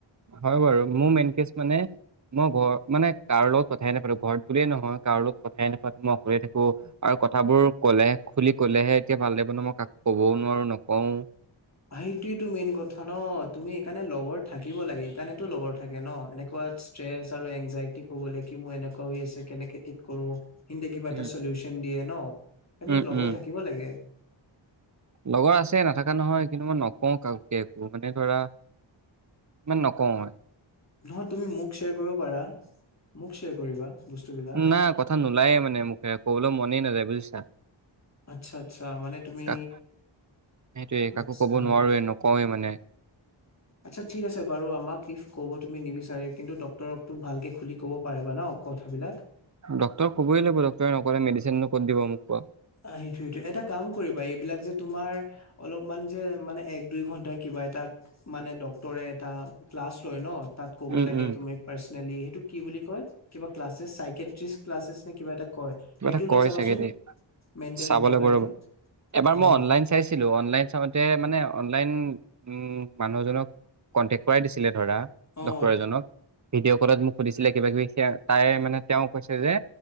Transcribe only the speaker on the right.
হয় বাৰু, মোৰ মেইন কেচ মানে মই ঘৰ মানে কাৰো লগত কথাই নাপাতো, ঘৰত বুলিয়ে নহয় কাৰো লগত কথাই নাপাতো, মই অকলেই থাকো। আৰু কথাবোৰ ক'লেহে, খুলি কলেহে এতিয়া ভাল লাগিব ন', মই কাকো কবও নোৱাৰো, নকওঁ।
উম
উম
উম
লগৰ আছে নথকা নহয়, কিন্তু মই নকওঁ কাকো কে একো, মানে ধৰা ইমান নকওঁ মই।
না কথা নোলায়ে মানে মোখেৰে, ক'বলে মনেই নাযায় বুজিছা?
কাক সেইটোৱে কাকো
কব নোৱাৰোৱে, নকওঁৱেই মানে।
ডক্টৰক কবই লাগিব। ডক্টৰে নকলে মেডিচিন নো ক'ত দিব মোক কোৱা।
উম,
উম,
কিব
এটা কয়
চাগে দেই,
চাব
লাগিব
ৰ'ব, এবাৰ
মই অনলাইন চাইছ ছিলো অনলাইন চাওঁতে মানে অনলাইন উম, মানুহজনক কণ্টেক্ট কৰাই দিছিলে ধৰা,
ডক্তৰ এজনক। ভিডিঅ' কলত মোক সুধিছিলে কিবা-কিবি সেয়া, তাই মানে তেওঁ কৈছে যে